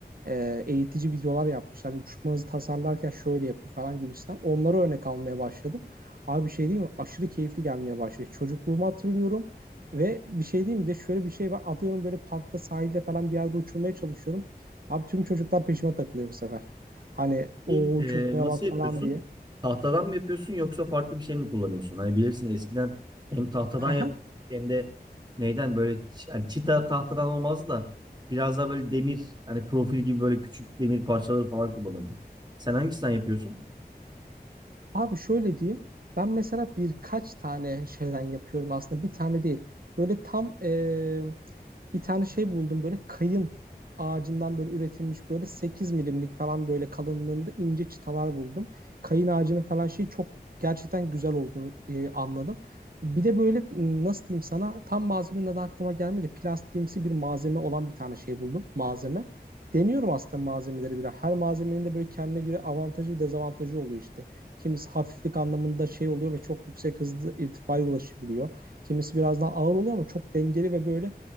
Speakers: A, on the right (about 60°); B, on the right (about 25°).
A: E, eğitici videolar yapmışlar uçmanızı tasarlarken şöyle yapın falan gibisinden onlara örnek almaya başladım. Abi bir şey diyeyim mi? Aşırı keyifli gelmeye başladı. Çocukluğumu hatırlıyorum ve bir şey diyeyim mi? Bir de şöyle bir şey var. Atıyorum böyle parkta sahilde falan bir yerde uçurmaya çalışıyorum. Abi tüm çocuklar peşime takılıyor bu sefer. Hani o
B: Peki, e,
A: uçurtmaya
B: nasıl
A: bak
B: yapıyorsun?
A: falan diye.
B: Tahtadan mı yapıyorsun yoksa farklı bir şey mi kullanıyorsun? Hani bilirsin eskiden hem tahtadan
A: <laughs>
B: yap hem de neyden böyle çi- hani çita tahtadan olmazdı da biraz daha böyle demir hani profil gibi böyle küçük demir parçaları falan kullanırdık. Sen hangisinden yapıyorsun?
A: Abi şöyle diyeyim. Ben mesela birkaç tane şeyden yapıyorum aslında. Bir tane değil. Böyle tam eee, bir tane şey buldum. Böyle kayın ağacından böyle üretilmiş böyle 8 milimlik falan böyle kalınlığında ince çıtalar buldum. Kayın ağacının falan şeyi çok gerçekten güzel olduğunu eee, anladım. Bir de böyle m, nasıl diyeyim sana tam malzemenin adı aklıma gelmedi. Plastiğimsi bir malzeme olan bir tane şey buldum. Malzeme. Deniyorum aslında malzemeleri biraz. Her malzemenin de böyle kendine göre avantajı ve dezavantajı oluyor işte. Kimisi hafiflik anlamında şey oluyor ve çok yüksek hızlı irtifaya ulaşabiliyor. Kimisi biraz daha ağır oluyor ama çok dengeli ve böyle